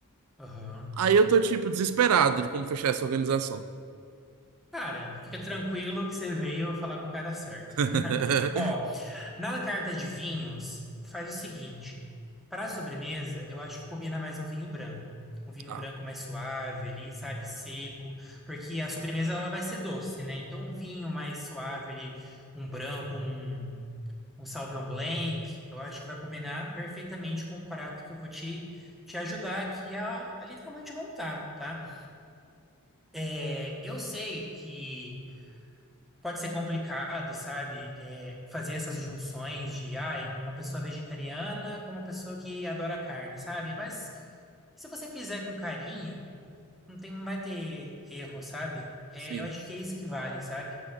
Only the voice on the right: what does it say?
Aí eu tô, tipo, desesperado de como fechar essa organização.
<laughs>
Tá,
sim.